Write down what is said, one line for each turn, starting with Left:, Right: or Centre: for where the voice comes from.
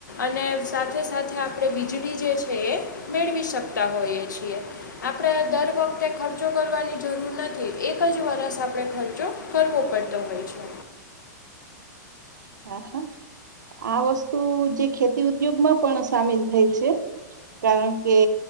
Left: અને સાથે સાથે આપણે વીજળી જે છે એ મેળવી શકતા હોઈએ છીએ. આપણે દર વખતે ખર્ચો કરવાની જરૂર નથી એક જ વર્ષ આપણે ખર્ચો કરવો પડતો હોય છે.
Right: હા હા આ વસ્તુ જે ખેતી ઉદ્યોગમાં પણ સામેલ થઈ છે. કારણ કે